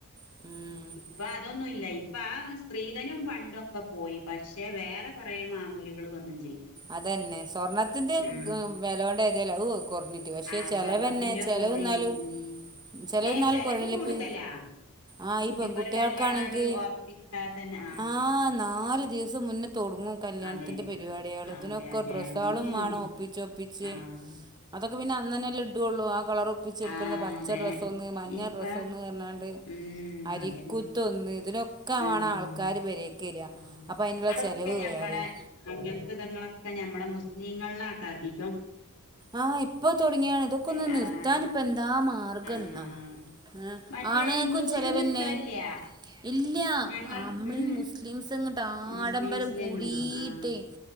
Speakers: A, on the right; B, on the left.
A: ഉം
B: ഇപ്പൊ അതൊന്നുമല്ല ഇപ്പൊ ആ സ്ത്രീധനവും പണ്ടൊക്കെ പോയി പക്ഷെ വേറെ കുറെമാമൂലി കളവന്ന് ചെയ്ത്
A: അതന്നെ സ്വർണത്തിന്റെ
B: ഉം
A: വിലകൊണ്ട ഏതല്ല ഓ കുറഞ്ഞി പക്ഷെ
B: ആ
A: ചെലവന്നെ
B: സ്വർണത്തിന്റെ
A: ചെലവ
B: പോയി
A: എന്നാലും
B: ഉം
A: ചെലവ
B: ഏ
A: എന്നാലും
B: ചെലവ്
A: കുറണിലിപ്പ്
B: കൂടുതലാ
A: ആഹ് ഈ
B: ഇനിയിപ്പോ
A: പെൺകുട്ടികൾക്കാണെങ്കി
B: ഒരു കല്യാണാണ്ട് ഒറപ്പിച്ചാ തന്നെ
A: ആഹ് നാല് ദിവസം മുന്നേ തൊടങ്ങും കല്യാണത്തിന്റെ
B: അതെ
A: പരിപാടികള് അതിനൊക്കെ
B: അതെ അതെ
A: ഡ്രസ്സ
B: അങ്ങനെന്നെ
A: ആളും വേണം ഒപ്പിച്ച് ഒപ്പിച്ച്
B: ആഹ്
A: അതൊക്കെ പിന്നെ അന്നനെ ലഡ് ഉള്ളൂ ആ കളർ ഒപ്പിച്ച എടുക്കുന്ന
B: ആഹ്
A: പ പച്ച
B: അതെ
A: ഡ്രസ്സ് ഒന്ന് മഞ്ഞ
B: ഇപ്പ
A: ഡ്രസ്സ് ഒന്ന് പറഞ്ഞാണ്ട്
B: ഉം
A: അരിക്കുത്തൊന്ന്
B: അതന്നെ
A: ഇതിലൊ ഒക്കെ
B: ഉം
A: ആണ ആൾക്കാര് പെരേക്കര
B: ആഹ്
A: അപ്പംഅതിനുള്ള
B: അതൊക്കെ
A: ചെലവ്
B: ഞമ്മളെ
A: വേറെയും
B: അങ്ങനത്തെ ഇതങ്ങളൊക്കെ ഞമ്മുടെ മുസ്ലിങ്ങളിലാട്ട അധികം
A: ആഹ് ഇപ്പൊ തുടങ്ങിയാണ് ഇതൊക്കെ
B: അതെ
A: ഒന്ന് നിർത്താൻ
B: ആഹ്
A: ഇപ്പൊ എന്താ മാ മാർഗം
B: ആഹ്
A: എന്നാ ഏഹ്
B: മറ്റേ
A: ആണുങ്ങൾക്കും
B: ഹിന്ദൂസിലൊന്നും
A: ചെലവെന്നെ
B: ഇത്രല്ല
A: ഇല്ല
B: ഞങ്ങൾ
A: അമ്മൾ
B: ഉം
A: മുസ്ലിംസ് ങ്ങട്ട
B: മുസ്ലിംസിലന്നെ
A: ആഡംബരം കൂടിട്ടേ
B: ഉള്ളു ആഹ്